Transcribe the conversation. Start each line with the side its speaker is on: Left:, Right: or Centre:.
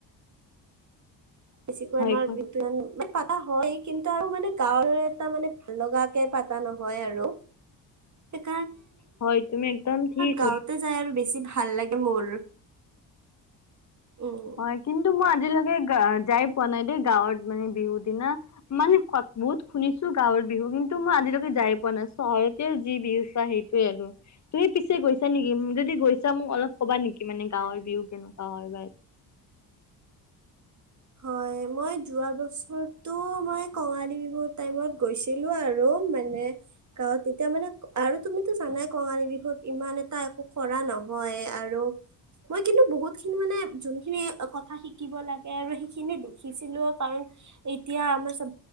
Right: বেছিকৈ
Left: হয়
Right: আমাৰ
Left: কোৱা
Right: বিদ্য পাতা হয় কিন্তু আৰু মানে গাঁৱৰ এটা মানে ভাল লগাকে পাতা নহয় আৰু। এক
Left: হয় তুমি একদম ঠিক
Right: গাঁৱতে
Left: হ
Right: যাই আৰু বেছি ভাল লাগে মোৰ। উম।
Left: হয় কিন্তু মই আজিলৈকে যাই পোৱা নাই দেই গাঁৱত মানে বিহু দিনা, মানে ক বহুত শুনিছো গাঁৱৰ বিহু কিন্তু টো মই আজিলৈকে যাই পোৱা নাই চহৰতেও যি বিহু চুৱা সেইটোয়ে আৰু তুমি পিছে গৈছা নেকি যদি যদি গৈছা মোক অলপ ক'বা নেকি মানে গাঁৱৰ বিহু কেনেকুৱা হয় বা
Right: হয়। মই যোৱা বছৰটো মই কঙালী বিহুৰ টাইমত গৈছিলোঁ আৰু মানে। গাঁৱত তেতিয়া মানে আৰু তুমিতটো জানাই কঙালী বিহুত ইমান এটা একো কৰা নহয়। মই কিন্তু বহুত খিনি মানে যোনখিনি কথা শিকিব লাগে আৰু খিনি দেখিছিলো কাৰণ এতিয়া আমাৰ চ